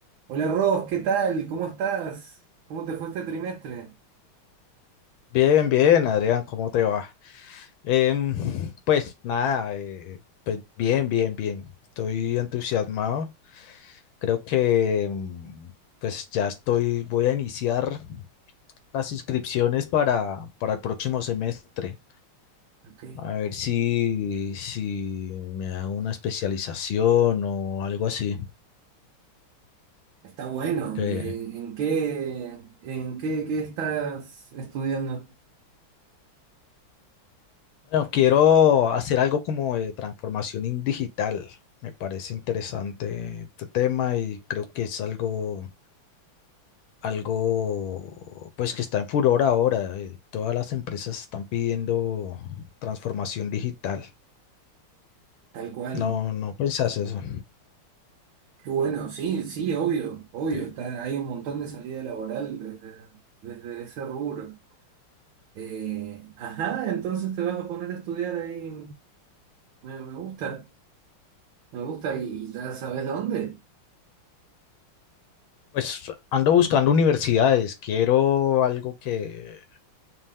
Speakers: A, on the right; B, on the left.
A: Hola Ross, ¿qué tal? ¿Cómo estás? ¿Cómo te fue este trimestre?
B: Bien, bien, Adrián, ¿cómo te va? Em, <laughs> pues nada, eh, pues bien, bien, bien. Estoy entusiasmado. Creo que mm, pues ya estoy, voy a iniciar las inscripciones para, para el próximo semestre.
A: Ok,
B: A ver si, si me hago una especialización o algo así.
A: está bueno.
B: Que,
A: Eh, ¿En qué, en qué, qué estás estudiando?
B: bueno, quiero hacer algo como de transformación in- digital. Me parece interesante este tema y creo que es algo algo pues que está en furor ahora. eh, Todas las empresas están pidiendo transformación digital.
A: Tal cual.
B: No, no pensás eso.
A: Qué bueno, sí, sí, obvio, obvio.
B: Sí.
A: Está, hay un montón de salida laboral desde, desde ese rubro. Eh, ajá, entonces te vas a poner a estudiar ahí. Me, me gusta, me gusta y, y ya sabes dónde.
B: Pues ando buscando universidades, quiero algo que